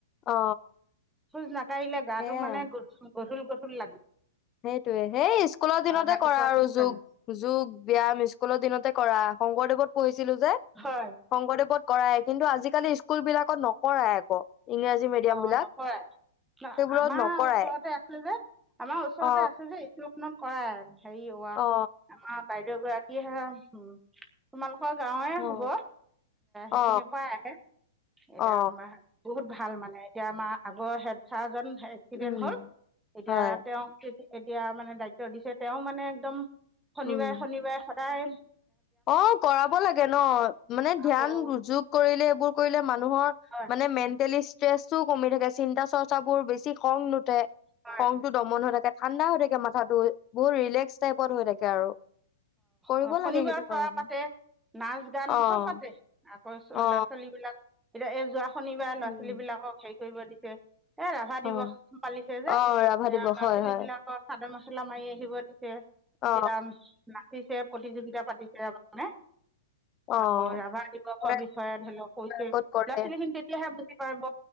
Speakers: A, on the left; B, in the centre.
A: অ
B: খোজ নাকঢ়িলে গাটো
A: সেইয়াই
B: মানে গ <unintelligible> লাগিল
A: সেইটোয়ে সেই স্কুলৰ দিনতে
B: ৰাতিপুৱা
A: কৰা আৰু
B: খোজ কাঢ়ো
A: যোগ যোগ ব্যাম স্কুলৰ দিনতে কৰা শংকৰদেৱত পঢ়ি ছিলো যে,
B: হয়
A: শংকৰদেৱত কৰায় কিন্তু আজিকালি স্কুল বিলাকত নকৰাই আকৌ ইংৰাজী মিডিয়াম
B: অ
A: বিলাক
B: নকৰাই
A: সেইবোৰত
B: আমাৰ
A: নকৰাই
B: ওচৰতে আছিল যে আমাৰ ও ওচৰতে
A: অ
B: আছে যে <unintelligible> কৰা হৰি
A: অ
B: আম পাই <unintelligible> <unintelligible> তোমালোক গাঁৱে
A: অ
B: হব
A: অ
B: সেপনে পৰা আহে এতিয়া
A: অ
B: বহুত ভাল মানে এতিয়া আমাৰ আগৰ হেড চাৰজন এক্সিডেণ্ট
A: উম
B: হল এতিয়া
A: হয়
B: তেওঁ এতিয়া মানে দায়িত্ব দিছে তেওঁ মানে একদম শনিবাৰ
A: উম
B: শনিবাৰ শ তাই
A: অ', কৰাব লাগে ন? মানে ধ্যান
B: আকৌ
A: যোগ কৰিলে এইবোৰ কৰিলে মানুহৰ
B: হয়
A: মানে মেণ্টেলি তেজতো কমি থাকে, চিন্তা চৰ্চা বোৰ বেছি খং নুঠে।
B: হয়
A: খংটো দমন হৈ থাকে। ঠাণ্ডা হৈ থাকে মাথাাতটো বহুত ৰিলেক্স টাইপত হৈ থাকে আৰু। কৰিব
B: অ শনিবাৰ
A: লাগে সেইটো কাৰণে
B: চ'ৰা পাতে নাচ গান
A: অ
B: চব পাতে আকৌ
A: অ
B: ল'ৰা ছোৱালী বিলাক এতিয়া এ যোৱা শনিবাৰ ল'ৰা
A: উম
B: ছোৱালী বিলাকক হেৰি কৰিব দি ছে এ ৰাভা
A: অ
B: দিৱস পালিছে যে
A: অ
B: এ
A: ৰাভা দিৱস
B: ল'ৰা
A: হয়
B: ছোৱালী
A: হয়
B: বিলাকৰ চাদৰ মেখল মেখেলা মাৰি আহিব দিছে
A: অ
B: তেতিয়া নাচিছে প্ৰতিযোগিতা পাতিছে হয়নে
A: অ
B: আকৌ ৰাভা দিৱসৰ
A: কৰে
B: বিষয়ে ধৰি লওঁক কৈছে ল'ৰা
A: কৰে কৰে
B: ছোৱালী খিনি তেতিয়াহে বুজি পাব,